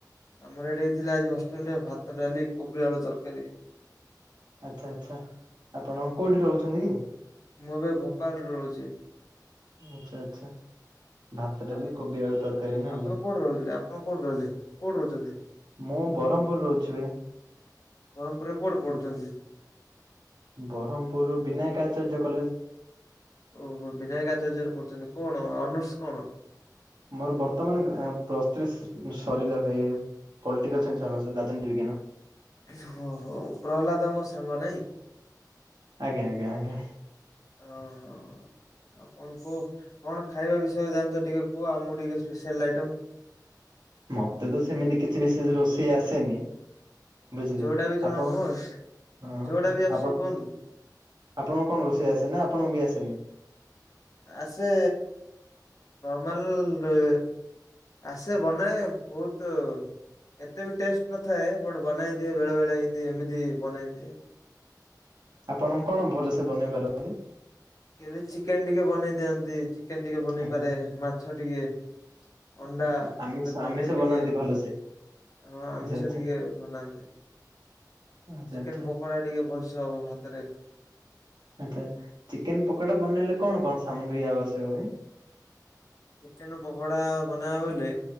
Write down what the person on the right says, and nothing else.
ଆଚ୍ଛା, ଆଚ୍ଛା, ଆପଣ କୋଉଠି ରହୁଛନ୍ତି କି?
ଆଚ୍ଛା, ଆଚ୍ଛା। ଭାତ, ଡ଼ାଲି,
କୋବି, ଆଳୁ ତରକାରୀ ନାଇକି।
ମୁଁ ବ୍ରହ୍ମପୁର ରହୁଛି ଭାଇ।
ବ୍ରହ୍ମପୁରରୁ ବିନାୟକ ଆଚାର୍ଯ୍ୟ କଲେଜ।
ମୋର ବର୍ତ୍ତମାନ ଗ୍ରା ପ୍ଲସଥ୍ରି ସରିଲା ଭାଇ ପଟିକାଲନ୍ ଶାଇନ୍ସି ଅନର୍ସ ରାଜନୀତି ବିଜ୍ଞାନ।
ଆଜ୍ଞା ଆଜ୍ଞା ଆଜ୍ଞା।
ମତେ ତ ସେମିତି କିଛି ବିଶେଷ ରୋଷେଇ ଆସେନି। ବୁଝିଲେ
ଆପଣ
ହଁ
ଆପଣ
ଆପଣଙ୍କୁ କଣ ରୋଷେଇ ଆସେ ନା ଆପଣଙ୍କୁ ବି ଆସେନି?
ଆପଣଙ୍କ କଣ ଭଲସେ ବନେଇ ପାରନ୍ତି?
ଆଚ୍ଛା
ଆଚ୍ଛା ଆମିଷ
ଆମିଷ
ବନାନ୍ତି ଭଲସେ।
ଆଚ୍ଛା ଆଚ୍ଛା
ଆଚ୍ଛା
ଆଚ୍ଛା
ଆଚ୍ଛା ଚିକେନ ପକୋଡା ବନେଇଲେ କଣ କଣ ସାମଗ୍ରୀ ଆବଶ୍ୟକ ହୁଏ?